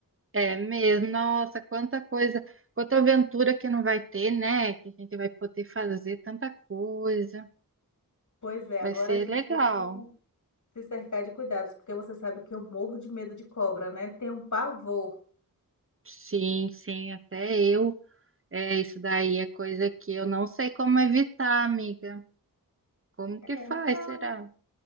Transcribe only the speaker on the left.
Pois é,
agora
a gente
tem que Se cercar de cuidados, porque você sabe que eu morro de medo de cobra, né? Tenho um pavor.
É,
não.